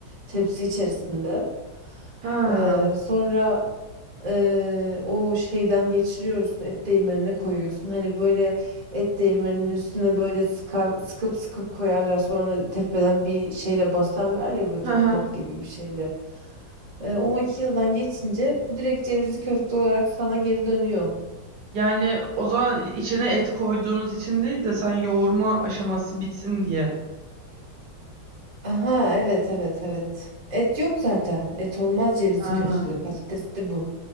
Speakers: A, on the right; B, on the right.
A: tepsi içerisinde.
B: Ha.
A: Ee, sonra ee, o şeyden geçiriyorsun et değirmenine koyuyorsun. Hani böyle et değirmeninin üstüne böyle sıkar, sıkıp sıkıp koyarlar. Sonra tepeden bir şeyle basarlar ya böyle tokmak
B: Hı hı.
A: gibi bir şeyle. Ee, o makineden geçince bu direkt cevizli köfte olarak sana geri dönüyor.
B: Yani o zaman içine et koyduğunuz için değil de sen yoğurma aşaması bitsin diye.
A: Aha evet evet evet. Et yok zaten. Et olmaz cevizli
B: Ha.
A: köftede. Patates de bu.